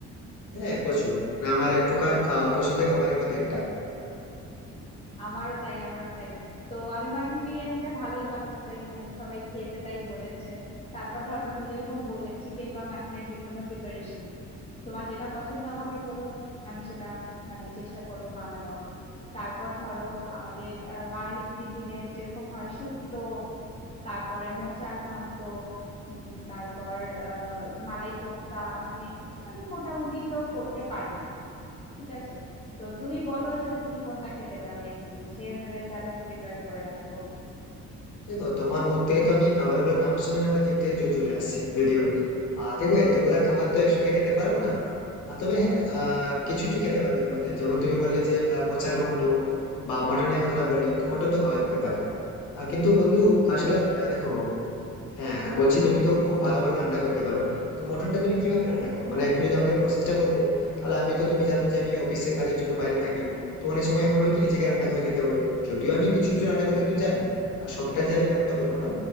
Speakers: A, on the left; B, on the left.
A: হ্যাঁ প্রচুর মানে আমার এক প্রকার আহ,
B: আচ্ছা
A: পছন্দের খাবারের মধ্যে একটা
B: আমারও তাই আমারও তাই তো আমি মাটন বিরিয়ানিটা ভালোই বানাতে পারি মানে সবাই খেতে তাই বলেছে তারপর ধরো তুমি যেরকম বললে চিকেন বা মাটনের যে কোনো প্রিপারেশন তোমার যেটা পছন্দ আমাকে বলো আমি সেটা মানে চেষ্টা করব বানানোর তারপর ধরো আমাদের আহ, বাঙালি কুইজিনের যেরকম হয় শুক্তো তারপরে মোচার ঘন্ট উম, তারপর আহ মালাই কোফতা মানে আমি মোটামুটি তো করতে পারি ঠিক আছে তো তুমি বলো যে তুমি কোনটা খেতে চাও নেক্সট দিন সেই অনুযায়ী তাহলে আমি প্রিপেয়ার করে রাখবো
A: দেখো তোমার মুখ থেকে তো আমি খাবারগুলোর নাম শুনেই আমার জিভ থেকে জল চলে আসছে যদিও আহ দেখো এতগুলা খাবার
B: <laughs>
A: তো একসঙ্গে খেতে পারবো না আহ, তবে হ্যাঁ আহ
B: হ্যাঁ,
A: কিছু কিছু খেতে পারবে এর মধ্যে যেমন তুমি বললে যে আহ, মোচার ঘন্ট বা মটনের কথাটা বললে তো মটন তো খাওয়া যেতে পারে আহ, কিন্তু বন্ধু
B: তুমি
A: আসলে
B: কি
A: আহ, দেখো
B: হ্যাঁ
A: হ্যাঁ আর বলছি তুমি তো খুব ভালো ভালো রান্না করতে পারো তো মটনটা তুমি কিভাবে রান্না করো মানে একটু যদি আমাকে প্রসেসটা বলতে তাহলে আমি তো তুমি জানো যে আমি অফিসের কাজের জন্য বাইরে থাকি তো অনেক সময় এমন হয় কি নিজেকে
B: হ্যাঁ
A: রান্না করে খেতে হয় যদিও আমি কিছু কিছু রান্না করতে কিন্তু জানি আর সবটা জানি তেমনটা বলবো না